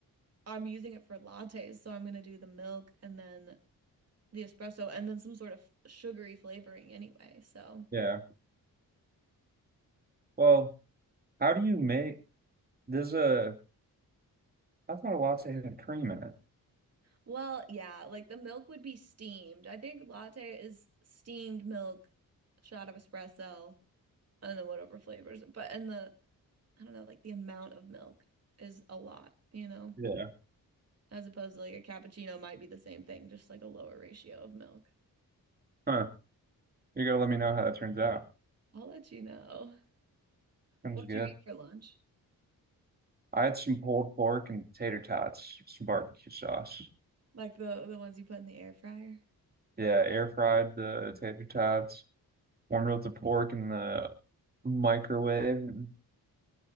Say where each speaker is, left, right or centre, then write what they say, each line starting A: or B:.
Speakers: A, on the right; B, on the right.
A: I'm using it for lattes, so I'm gonna do the milk and then the espresso and then some sort of sugary flavoring anyway. So.
B: yeah. Well, how do you make? There's a, I thought a latte had cream in it.
A: Well, yeah, like the milk would be steamed. I think latte is steamed milk, shot of espresso, and then whatever flavors. But and the I don't know, like the amount of milk is a lot, you know,
B: Yeah.
A: as opposed to like a cappuccino might be the same thing, just like a lower ratio of milk.
B: Huh. You gotta let me know how that turns out.
A: I'll let you know.
B: Sounds
A: What'd
B: good.
A: you eat for lunch?
B: I had some pulled pork and tater tots, some barbecue sauce.
A: Like the the ones you put in the air fryer?
B: Yeah, air fried the tater tots, warmed up the pork in the microwave, and